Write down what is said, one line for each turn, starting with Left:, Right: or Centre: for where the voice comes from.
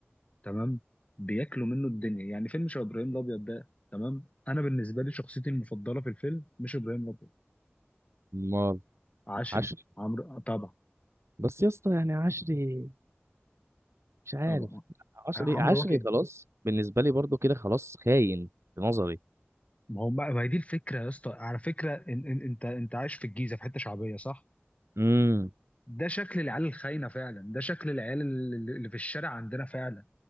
Left: تمام بياكلوا منه الدنيا يعني فيلم شبه ابراهيم الابيض ده تمام انا بالنسبه لي شخصيتي المفضله في الفيلم مش ابراهيم الابيض
Right: امال
Left: عشري
Right: عشري
Left: عمرو آه، طبعا
Right: بس يا اسطى يعني عشري مش عارف
Left: طبعا
Right: عشري
Left: آه، عمرو
Right: عشري
Left: واكد
Right: خلاص بالنسبه لي برضو كده خلاص خاين في نظري
Left: ما هو ما هي دي الفكره يا اسطى على فكره إن إن انت انت عايش في الجيزه في حته شعبيه صح
Right: امم
Left: ده شكل العيال الخاينه فعلا ده شكل العيال اللي اللي في الشارع عندنا فعلا